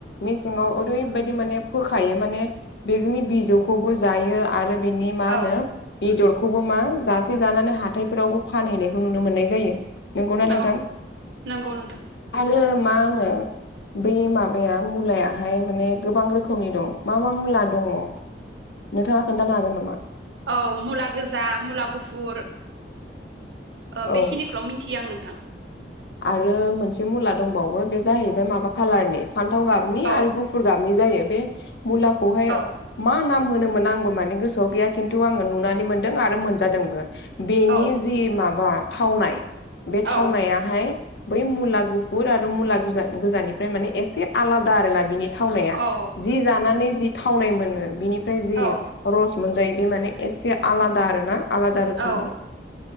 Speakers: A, on the left (about 65°); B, on the right (about 85°).
A: मेसेङाव ओरैबायदि माने फोखायो माने बेनि बिजौखौबो जायो आरो बिनि मा होनो?
B: औ
A: बेदरखौबो मा जासे जानानै हाथायफोरावबो फानहैनायखौ नुनो मोननाय जायो। नंगौना नोंथां
B: औ नंगौ नोंथां
A: आरो मा होनो बै माबाया मुलायाहाय माने गोबां रोखोमनि दं मा मा मुला दङ। नोंथाङा खोन्थानो हागोन नामा?
B: औ मुला गोजा, मुला गुफुर ओ
A: औ
B: बेखिनिखौल' मिन्थियो आं नोंथां।
A: आरो मोनसे मुला दंबावो बे जाहैबाय माबा कालारनि फान्थाव गाबनि
B: औ
A: आरो गुफुर फुर गाबनाय जायो बे मुलाखौहाय
B: औ
A: मा नाम होनोमोन आंबो माने गोसोआव गैया खिन्थु आङो नुनानै मोनदों आरो मोनजादोंबो। बेनि
B: औ
A: जि माबा थावनाय बे थावनाया
B: औ
A: हाय बै मुला गुफुर आरो मुला गुज गोजानिफ्राय माने एसे आलादा आरो ना बिनि थावनाया
B: औ
A: जि जानानै जि थावनाय मोनो बिनिफ्राय जि
B: औ
A: रस मोनजायो बे माने एसे आलादा आरो ना आलादा रोखोमनि।
B: औ